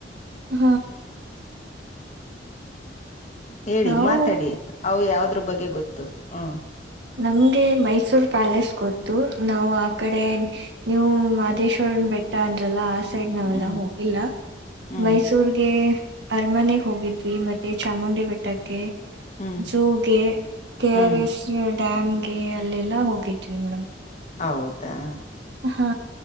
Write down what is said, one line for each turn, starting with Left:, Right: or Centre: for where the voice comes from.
Right: ಹ
Left: ಹೇಳಿ
Right: ನಾವು
Left: ಮಾತಾಡಿ ಅವು ಯಾವ್ದ್ರ ಬಗ್ಗೆ ಗೊತ್ತು ಹ
Right: ನಮ್ಗೆ ಮೈ ಮೈಸೂರ್ ಪ್ಯಾಲೇಸ್ ಗೊತ್ತು ನಾವು ಆ ಕಡೆ ನೀವು ಮಹದೇಶ್ವರನ್ ಬೆಟ್ಟ ಅಂದ್ರಲ್ಲಾ ಸೈಡ್ ನಾವೆಲ್ಲ
Left: ಹ್ಮ್
Right: ಹೋಗಿಲ್ಲ
Left: ಹ್ಮ್
Right: ಮೈಸೂರ್ಗೆ ಅರಮನೆ ಹೋಗಿದ್ವಿ ಮತ್ತೆ ಚಾಮುಂಡಿ ಬೆಟ್ಟಕ್ಕೆ
Left: ಹ್ಮ್
Right: ಜೋಗೆ ಕೆಆರ್
Left: ಹ್ಮ್
Right: ಎಸ್ ಡ್ಯಾಮ್ಗೆ ಅಲ್ಲಲ್ಲ ಹೋಗಿದ್ವಿ ಮೇಡಮ್
Left: ಹೌದಾ
Right: ಹಾ